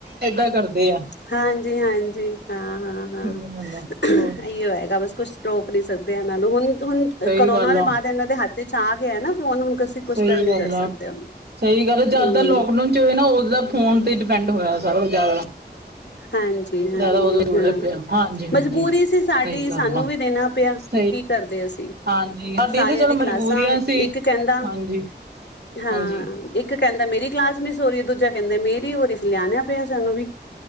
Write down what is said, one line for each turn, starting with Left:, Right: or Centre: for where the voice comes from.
Right: ਏਦਾਂ ਕਰਦੇ ਆ
Left: ਹਾਂਜੀ, ਹਾਂਜੀ ਹਾਂ, ਹਾਂ, ਹਾਂ
Right: ਸਹੀ ਗੱਲ ਆ ਹੋਰ
Left: ਏਈ ਹੈਗਾ ਬਸ ਕੁਛ ਰੋਕ ਨੀ ਸਕਦੇ ਇਹਨਾਂ ਨੂੰ ਹੁਣ, ਹੁਣ
Right: ਸਹੀ
Left: ਕਰੋਨਾ
Right: ਗੱਲ
Left: ਦੇ
Right: ਆ
Left: ਬਾਅਦ ਇਹਨਾਂ ਦੇ ਹੱਥ ਚ ਆ ਗਿਆ ਨਾ ਫੋਨ ਹੁਣ ਕੁਛ
Right: ਸਹੀ
Left: ਕਰ ਨੀ
Right: ਗੱਲ
Left: ਕਰ
Right: ਆ-
Left: ਸਕਦੇ ਉਹਨੂੰ
Right: ਸਹੀ ਗੱਲ ਆ ਜਿਆਦਾਤਰ
Left: ਹੂੰ
Right: ਲੋਕਡਾਊਨ ਨਾ ਉਸਦਾ ਫੋਨ ਤੇ ਡਿਪੈਂਡ ਹੋਇਆ ਸਾਰਾ ਕੁ ਜ਼ਿਆਦਾ
Left: ਹਾਂਜੀ, ਹਾਂਜੀ
Right: ਜ਼ਿਆਦਾ ਉਹਦੇ
Left: ਹਾਂ
Right: ਪਿਆ ਹਾਂਜੀ ਹਾਂਜੀ
Left: ਮਜਬੂਰੀ ਸੀ ਸਾਡੀ
Right: ਸਹੀ ਗੱਲ
Left: ਸਾਨੂੰ
Right: ਆ
Left: ਵੀ ਦੇਣਾ ਪਿਆ।
Right: ਸਹੀ
Left: ਕੀ ਕਰਦੇ ਅਸੀਂ
Right: ਹਾਂਜੀ ਸਾਡੀ
Left: ਸਾਰਿਆਂ
Right: ਤੇ ਚੱਲ
Left: ਦੀ ਕਲਾਸਾਂ
Right: ਮਜਬੂਰੀਆਂ ਸੀ
Left: ਇੱਕ ਕਹਿੰਦਾ
Right: ਹਾਂਜੀ
Left: ਹਾਂ
Right: ਹਾਂਜੀ
Left: ਇੱਕ ਕਹਿੰਦਾ ਮੇਰੀ ਕਲਾਸ ਮਿਸ ਹੋ ਰਹੀ ਹੈ ਦੂਜਾ ਕਹਿੰਦਾ ਮੇਰੀ ਹੋ ਰਹੀ ਫ ਲਿਆਣਿਆ ਪਿਆ ਸਾਨੂੰ ਵੀ